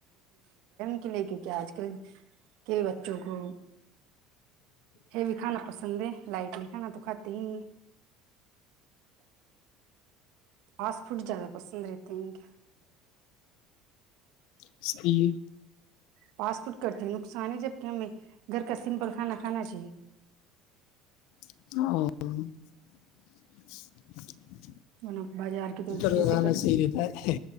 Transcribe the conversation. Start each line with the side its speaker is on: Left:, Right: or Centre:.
Right: لے کیونک آج کل کے بچوں کو یہ بھی کانا پسند ے لائٹ لکھانا تو کھے ہی نہیں فاسٹ فوڈ زیادہ پسند رہتے ہیں ان کیا
Left: اس جی
Right: فاسٹ فوڈ کرتے ہیں نقصان ہے جب کہ ہمیں گھر کا سمپل کھانا کھانا چاہیے
Left: <inaudible>
Right: <inaudible> بازار کی تو
Left: روزانہ
Right: جیسے
Left: صحیح رہتا ہے